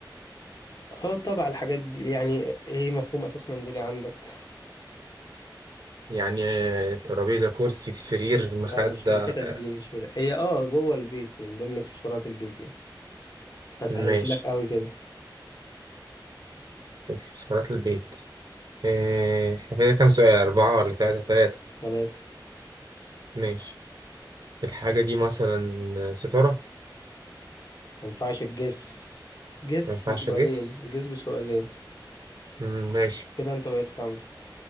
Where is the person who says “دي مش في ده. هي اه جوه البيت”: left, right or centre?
Left